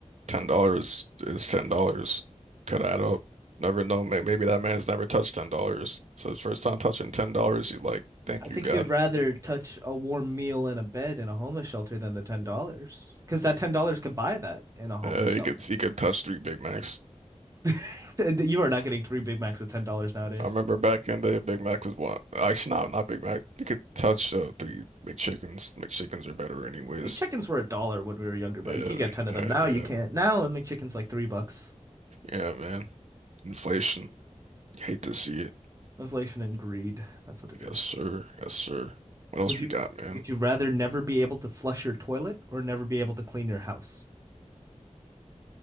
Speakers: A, on the right; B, on the right.
A: ten dollars is ten dollars. Could add up. Never know. May- Maybe that man's never touched ten dollars. So his first time touching ten dollars, he's like, "Thank
B: I think
A: you, God."
B: you'd rather touch a warm meal in a bed in a homeless shelter than the ten dollars, because that ten dollars could buy that in a homeless
A: Uh,
B: shelter.
A: he could he could touch three Big Macs.
B: <laughs> You are not getting three Big Macs at ten dollars nowadays.
A: I remember back in the day, Big Mac was one. Actually, no, not Big Mac. You could touch uh, three McChickens. McChickens are better anyways.
B: Like chickens were a dollar when we were younger, bro.
A: Yeah,
B: You could get ten of
A: yeah,
B: them. Now
A: yeah.
B: you can't. Now McChicken's like three bucks.
A: Yeah, man. Inflation. Hate to see it.
B: Inflation and greed. That's what it is.
A: Yes, sir. Yes, sir. What else
B: Would you
A: we got, man?
B: would you rather never be able to flush your toilet or never be able to clean your house?